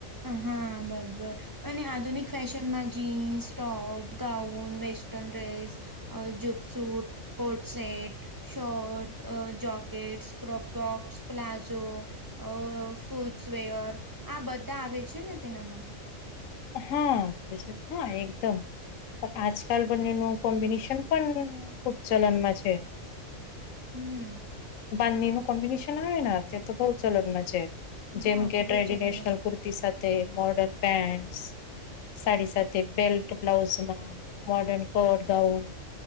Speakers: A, on the right (about 20°); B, on the left (about 75°).
A: હ હા બબર અને આધુનિક ફેસ ન માં jeans, top, gown, western dress અ જંપશૂટ, કોર્ડ સેટ શર્ટ, અ જોકેટ, ક્રોપ ટોપ્સ, પ્લાઝો અ ફૂસવેર આ બધા આવે છે ને તેનામાં?
B: હા <unintelligible> હા એકદમ પણ આજકાલ બંનેનું કોમ્બિનેશન પણ ખુબ ચલનમાં છે.
A: હમ.
B: બંધની એ કમ્બનેશન આવેના તે તો હોલ ચલનમા છેે. જેમ
A: હા
B: કે
A: ખુબ
B: ટ્રેડિનેશનલ
A: જ ચલનમાં છે
B: કુર્તી સાથે મોર્ડર્ન પેન્ટ સાડી સાથે બેલ્ટ બ્લાઉઝમાં મોર્ડન કોટ ગાઉન